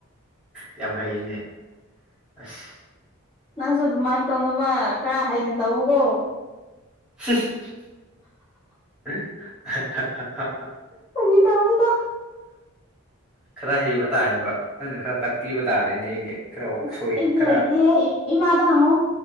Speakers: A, in the centre; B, on the left.
A: ꯌꯥꯝ ꯍꯩꯅꯦ ꯑꯁ
B: ꯅꯪꯁꯨ ꯑꯗꯨꯃꯥꯏꯅ ꯇꯧꯅꯕ ꯈꯔ ꯍꯩꯅ ꯇꯧꯑꯣꯒꯣ
A: <unintelligible>
B: ꯐꯒꯤ ꯇꯧꯅꯤꯗ
A: ꯈꯔ ꯍꯩꯕ ꯇꯥꯏꯌꯦꯕ ꯅꯪꯅ ꯈꯔ ꯇꯥꯛꯄꯤꯕ ꯇꯥꯔꯦꯅꯦ ꯑꯩꯗꯤ ꯈꯔ
B: ꯑꯁ
A: ꯑꯁꯣꯏ
B: ꯑꯩꯗꯤ
A: ꯈꯔ
B: ꯍꯩꯇꯦꯍꯦ ꯏꯃꯥꯗ ꯍꯪꯉꯣ